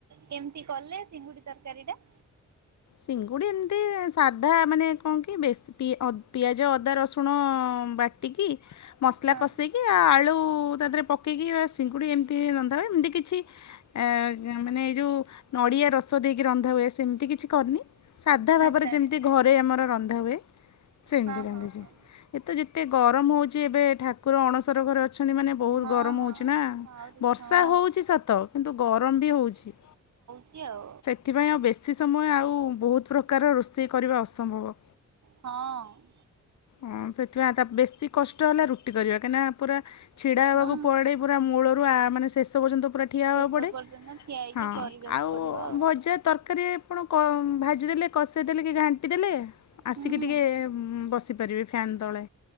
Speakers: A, on the right; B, on the left.
A: କେମ୍ତି କଲେ ଚିଙ୍ଗୁଡି ତରକାରୀ ଟା?
B: ଚିଙ୍ଗୁଡ଼ି ଏମ୍ତି ସାଧା ମାନେ କଣ କି ବେଶ୍ ପି ଅପ୍ ପିଆଜ, ଅଦା, ରସୁଣ ବାଟିକି ମସଲା
A: ହଁ
B: କଷେଇକି ଆଳୁ ତା ଦେହରେ ପକେଇକି ବାସ୍ ଚିଙ୍ଗୁଡ଼ି ଏମତି ରନ୍ଧାହୁଏ ଏମିତି କିଛି ଆ ମାନେ ଏଇ ଯୋଉ ନଡିଆ ରସ ଦେଇକି ରନ୍ଧା ହୁଏ ସେମତି କିଛି ସେମିତି ମୁଁ କରିନି ସାଧା ଭାବରେ
A: ଆଚ୍ଛା
B: ଯେମିତି
A: ଆଚ୍ଛା
B: ଘରେ ଆମର ରନ୍ଧା ହୁଏ ସେମିତି
A: ହଁ
B: ରାନ୍ଧିଛି।
A: ହଁ ହଁ।
B: ଏ ବେ ତ ଯେତେ ଗରମ ହଉଛି ଏବେ ଠାକୁର ଅଣସର ଘରେ ଅଛାନ୍ତି ଆଛନ୍ତି ମାନେ ବହୁତ୍
A: ହଁ
B: ଗରମ୍
A: ହଁ
B: ହ‌ଉଚିନା।
A: ଆହୁରି
B: ବର୍ଷାହ‌ଉଚି
A: ହଁ
B: ସତ କିନ୍ତୁ ଗରମ୍ ବି ହ‌ଉଛି।
A: ଏମିଚି ଆଉ
B: ଏଥିପାଇଁ ଆଉ ବେଶୀ ସମୟ ଆଉ ବହୁତ୍ ପ୍ରକାର ରୋଷେଇ କରିବା ଅସମ୍ଭବ।
A: ହଁ।
B: ହଁ ସେଥିପାଇଁ ତ ବେଶୀ କଷ୍ଟ ହେଲା ରୁଟି କରିବା କାହିଁକିନା ପୁରା ଛିଡା ହେବାକୁ
A: ହଁ।
B: ପଡେ। ପୁରା ମୂଳରୁ ଆ ମାନେ ଶେଷ ପର୍ଯ୍ୟନ୍ତ ପୁରା ଠିଆ
A: ସେ
B: ହବାକୁ
A: ସବୁ
B: ପଡ଼େ।
A: ପର୍ଯ୍ୟନ୍ତ ଠିଆ ହେଇକି
B: ହଁ
A: କରିବାକୁ
B: ଆଉ
A: ପଡିବ ଆଉ।
B: ଭଜା ତରକାରୀ କଣ କି ଭାଜି ଦେଲେ କଷେଇଦେଲେ କି ଘାଣ୍ଟି ଦେଲେ ଆସିକି
A: ହୁଁ
B: ଟିକେ ଉଁ ବସ୍ ଯିବ ଫ୍ୟାନ୍ ତଳେ